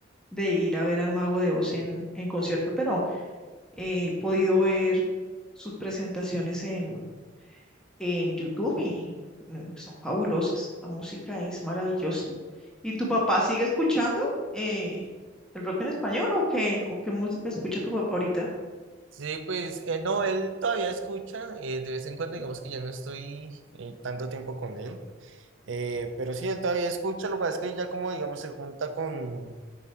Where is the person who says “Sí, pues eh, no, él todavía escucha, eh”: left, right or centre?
Right